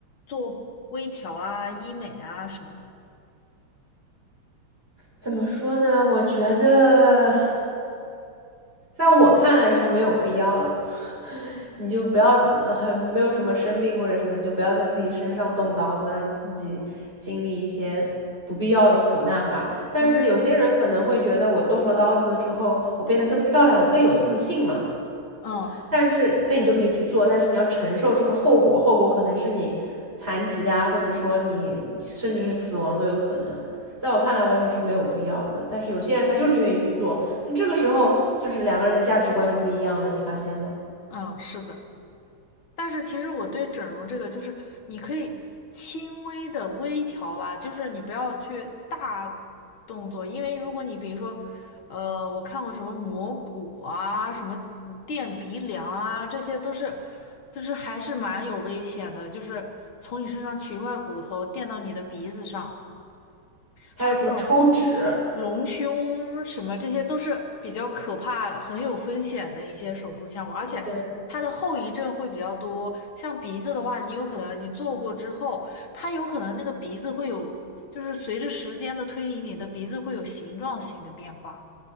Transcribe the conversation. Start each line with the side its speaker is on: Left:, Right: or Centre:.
Left: 做微调啊、医美啊什么的。
Right: 怎么说呢？我觉得在我看来是没有必要了。你就不要还没有什么生病或者什么，你就不要在自己身上动刀子，让自己经历一些不必要的苦难吧。但是有些人可能会觉得，
Left: 嗯
Right: 我动了刀子之后，我变得更漂亮，我更有自信了。
Left: 嗯
Right: 但是那你就可以去做，但是你要承受这个后果，后果可能是你残疾啊，或者说你甚至是死亡都有可能。在我看来，完全是没有必要的。但是有些人他就是愿意去做，那这个时候就是两个人的价值观就不一样了，你发现吗？
Left: 嗯，是的。但是其实我对整容这个，就是你可以轻微的微调吧，就是你不要去大动作，因为如果你比如说，呃，我看过什么磨骨啊，什么垫鼻梁啊，这些都是，就是还是蛮有危险的，就是从你身上取一块骨头垫到你的鼻子上。
Right: 还有什么抽脂？
Left: 还有这种。隆胸什么，这些都是比较可怕、很有风险的一些手术项目，而且它的后遗症会比较多。
Right: 对，
Left: 像鼻子的话，你有可能你做过之后，它有可能那个鼻子会有，就是随着时间的推移，你的鼻子会有形状性的变化。